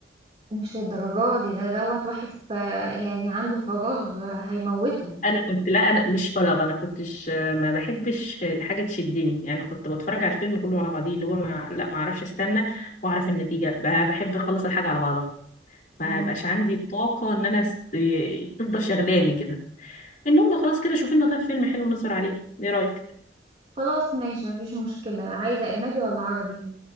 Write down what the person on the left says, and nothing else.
انا كنت لا انا مش فراغ انا كنتش ما بحبش الحاجه تشدني يعني كنت بتفرج على الفيلم كله على بعضيه اللي هو ما لا ما اعرفش استنى واعرف النتيجه ب- بحب اخلص الحاجه على بعضها ما
بقاش عندي الطاقة ان انا س- تفضل شغلاني كده المهم خلاص كده شوفي لنا طيب فيلم حلو نسهر عليه ايه رأيك